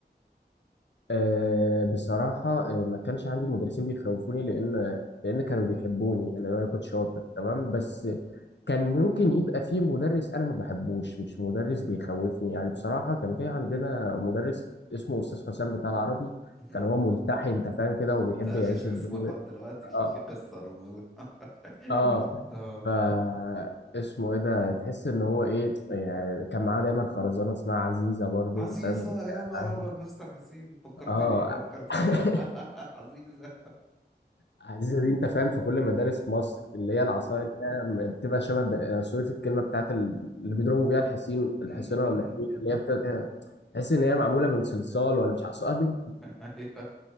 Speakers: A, on the left; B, in the centre.
A: أه بصراحة آه، ما كانش عندي مدرسين بيخوفوني لان لان كانوا بيحبوني انا أنا
B: مم.
A: كنت شاطر تمام بس كان ممكن يبقى في مدرس انا ما بحبوش مش مدرس بيخوفني يعني
B: مم.
A: بصراحة كان في عندنا مدرس اسمه استاذ حسام بتاع العربي
B: <laughs>
A: كان هو ملتحي انت فاهم كده وبيحب
B: تقفش
A: يعيش
B: اسمه
A: الدور
B: لحد دلوقتي ففي
A: اه
B: قصة رمضان <laughs>
A: اه
B: اه
A: ف اسمه ايه ده تحس ان هو ايه يعني كان معاه دايما خرزانه اسمها عزيزه برضو
B: عزيزة
A: فاهم
B: يا نهار
A: يعني؟
B: أبيض مستر حسين فكرتني
A: اه
B: فكرتني
A: <laughs>
B: <laughs> عزيزة
A: عزيزه دي انت فاهم في كل مدارس مصر اللي هي العصايه اللي هي بتبقى شبه ب- سوري في الكلمه بتاعت ال- اللي بيضربوا بيها الحصين الحصينه
B: أيوه
A: ولا الحمير اللي هي بتبقى تحس ان هي معموله من صلصال ولا مش عصايه بنت
B: أيوة.